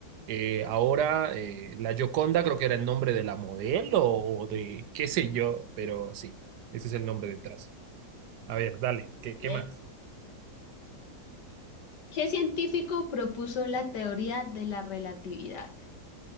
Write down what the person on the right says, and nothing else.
Eh, ahora, eh, la Gioconda creo que era el nombre de la modelo o de qué sé yo, pero sí, ese es el nombre detrás. A ver, dale,
¿qué, qué más?